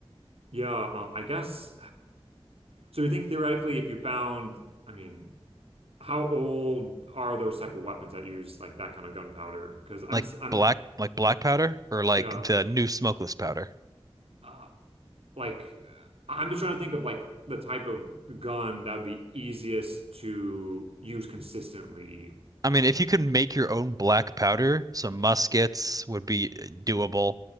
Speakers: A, on the right; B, on the right.
A: yeah, um, I guess. So you think theoretically, if you found, I mean, how old are those type of weapons that use like that kind of gunpowder? Because I'm
B: Like
A: s- I'm
B: black, like black powder or like
A: yeah,
B: the new smokeless powder.
A: uh, like I'm just trying to think of like the type of gun that would be easiest to use consistently.
B: I
A: Like
B: mean, if you could make your own black powder, some muskets would be uh, doable,